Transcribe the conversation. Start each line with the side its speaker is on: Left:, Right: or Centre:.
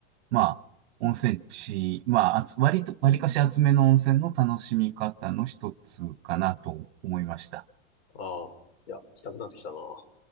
Right: まあ、温泉地、まあ、あつ割と、割かし厚めの温泉の楽しみ方の一つかなと思いました。
Left: ああ、いや、行きたくなってきたな。